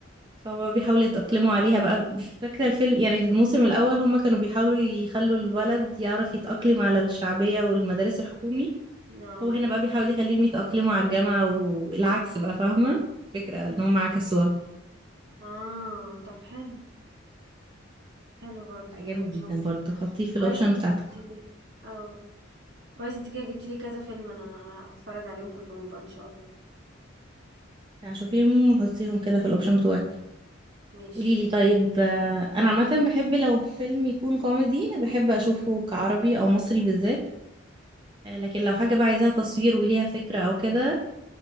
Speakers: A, on the right; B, on the right.
A: فهم بيحاولوا يتأقلموا عليها بقى فاكرة الفيلم يعني الموسم الأول هم كانوا بيحاولوا يخلوا الولد يعرف يتأقلم على الشعبية والمدارس الحكومي
B: اه
A: هو هنا بقى بيحاول يخليهم يتأقلموا على الجامعة والعكس بقى فاهمة فكرة ان هم عكسوها
B: اه طب حلو حلو برضه
A: جامد
B: نبقى نشوف
A: جدا برضه حطيه في
B: كويس
A: الأوبشن
B: انت
A: بتاعتك
B: جبتيلي اه كويس انت كده جبتيلي كذا فيلم انا هتفرج عليهم كلهم بقى ان شاء الله
A: شوفيهم وحطيهم كده في الأوبشن بتوعك
B: ماشي
A: قولي لي طيب آه، انا عامه بحب لو فيلم يكون كوميدي بحب اشوفه كعربي او مصري بالذات آه، لكن لو حاجه بقى عايزاها تصوير وليها فكره او كده